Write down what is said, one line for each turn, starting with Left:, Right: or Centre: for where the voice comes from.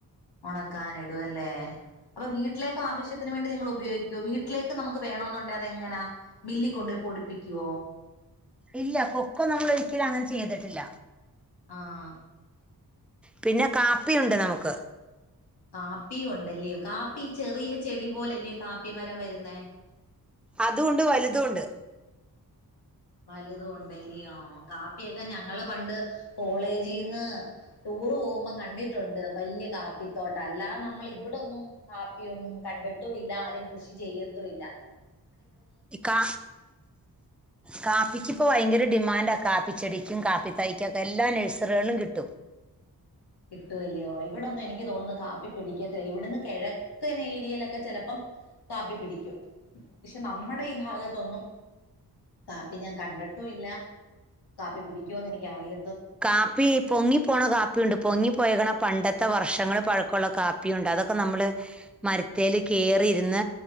Left: ഒണക്കാന് ഇടുവല്ലേ. അപ്പൊ വീട്ടിലേക്ക് ആവിശ്യത്തിന് വേണ്ടി നിങ്ങൾ ഉപയോഗിക്കൊ വീട്ടിലേക്ക് നമുക്ക് വേണോന്നുണ്ടെ അത് എങ്ങനാ. മില്ലിക്കൊണ്ടോയി പൊടിപ്പിക്കുവോ?
Centre: ഇല്ല കൊക്കോ നമ്മൾ ഒരിക്കലും അങ്ങനെ ചെയ്തിട്ടില്ല.
Left: ആഹ്.
Centre: പിന്നെ കാപ്പിഉണ്ട് നമുക്ക്.
Left: കാപ്പി ഉണ്ടല്ലിയോ കാപ്പി ചെറിയ ചെടി പോലല്ലയോ കാപ്പി മരം വരുന്നേ.
Centre: അതും ഒണ്ട് വലുതുണ്ട്.
Left: വലുതും ഉണ്ടല്ലിയോ കാപ്പിയൊക്കെ ഞങ്ങള് പണ്ട് കോളേജിന്ന്. ടൂറ് പോകുമ്പം കണ്ടിട്ടുണ്ട് വലിയ കാപ്പിത്തോട്ടം അല്ലാതെ നമ്മൾ ഇവിടൊന്നും. കാപ്പിയൊന്നും കണ്ടിട്ടും ഇല്ല ആരും കൃഷി ചെയ്യത്തുമില്ല.
Centre: കാ കാപ്പിക്കിപ്പോ ഭയങ്കര ഡിമാന്റാ കാപ്പിച്ചെടിക്കും കാപ്പി തൈക്കുംക്കെ എല്ലാ നഴ്സറികളിലും കിട്ടും.
Left: കിട്ടൂല്ലയോ ഇവിടൊന്നും എനിക്ക് തോന്നുന്നു കാപ്പി പിടിക്കത്തില്ല ഇവിടന്ന് കെഴ. ക്കനെ ഏരിയയിലൊക്കെ ചെലപ്പം കാപ്പി പിടിക്കും. പക്ഷെ നമ്മടെ ഈ ഭാഗത്തൊന്നും കാപ്പി ഞാൻ കണ്ടിട്ടുംല്ല. കാപ്പി പിടിക്കുവോന്ന് എനിക്ക് അറിയ
Centre: കാപ്പി. പൊങ്ങിപ്പോണ കാപ്പിയുണ്ട് പൊങ്ങിപ്പോയേക്കെണ പണ്ടത്തെ വർഷങ്ങൾ പഴക്കമുള്ള കാപ്പിയുണ്ട്. അതൊക്കെ നമ്മള്. മരത്തേല് കേറിരുന്ന്.